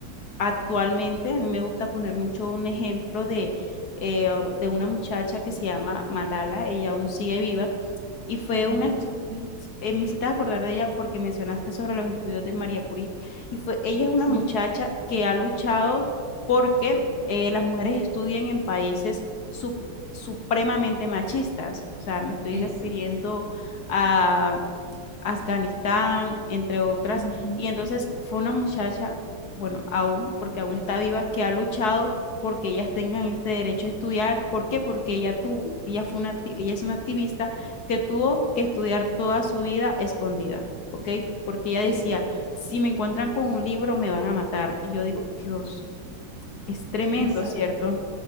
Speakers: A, on the left (about 60°); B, on the right (about 45°).
A: Actualmente a mí me gusta poner mucho un ejemplo de, eh, de una muchacha que se llama Malala, ella aún sigue viva y fue
B: Malala,
A: una, estu-
B: ok.
A: eh, me hiciste acordar de ella porque mencionaste sobre los estudios de María Curie y fue, ella es una
B: Sí,
A: muchacha que ha luchado porque eh, las mujeres estudien en países sup- supremamente machistas, o sea, me estoy
B: exacto.
A: refiriendo a Afganistán, entre otras.
B: Ujú,
A: Y entonces fue una muchacha, bueno, aún, porque aún está viva, que ha luchado porque ellas tengan este derecho a estudiar. ¿Por qué? Porque ella tuvo, ella fue una, acti- ella es una activista que tuvo que estudiar toda su vida escondida, ¿ok? Porque ella decía,
B: Eso.
A: si me encuentran con un libro, me van a matar. Y yo digo, Dios, es tremendo,
B: Exacto.
A: ¿cierto?